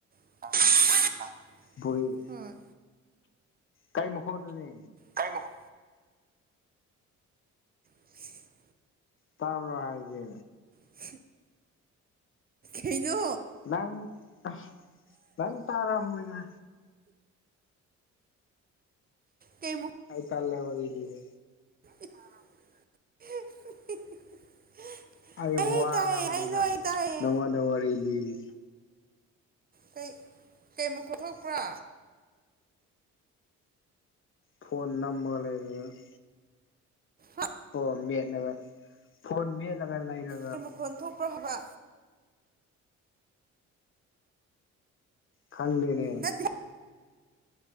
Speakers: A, on the right; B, on the left.
A: <inaudible>
B: ꯕꯨꯔꯤ
A: ꯍꯣꯏ
B: ꯀꯩ ꯃꯈꯣꯟꯅꯣꯅꯦ
A: ꯀꯩ ꯃꯈꯣ <inaudible>
B: ꯇꯥꯕ꯭ꯔꯥ ꯍꯥꯏꯖꯦ
A: <inaudible> ꯀꯩꯅꯣ
B: ꯅꯪ ꯑꯁ ꯅꯪ ꯇꯥꯔꯝꯅꯤꯅ
A: ꯀꯦꯃꯨꯛ
B: ꯑꯩꯪ ꯇꯜꯂꯕ ꯃꯤꯅꯤꯅꯦ
A: <inaudible>
B: ꯑꯩ ꯋꯥꯅꯕꯅꯤꯗ
A: ꯇꯥꯏꯌꯦ ꯑꯩ ꯂꯣꯏ ꯇꯥꯏꯌꯦ
B: ꯅꯉꯣꯟꯗ ꯋꯥꯔꯤ ꯂꯤꯔꯤ
A: ꯀꯩ ꯀꯩ ꯃꯈꫭꯟ ꯊꫭꯛꯄ꯭ꯔꯥ
B: ꯐꯣꯟ ꯅꯝꯃ ꯂꯩꯔꯨꯔꯅꯨ
A: ꯑꯥ
B: ꯐꯣꯟ ꯃꯦꯠꯂꯒ ꯐꯣꯟ ꯃꯦꯠꯂꯒ ꯂꯩꯔꯥ
A: ꯀꯣꯟ ꯃꯈꫭꯟ ꯊꯣꯛꯄ꯭ꯔꯥ ꯍꯥꯏꯕ꯭ꯔꯥ
B: ꯈꯪꯗꯦꯅꯦ
A: ꯅꯠꯇꯦ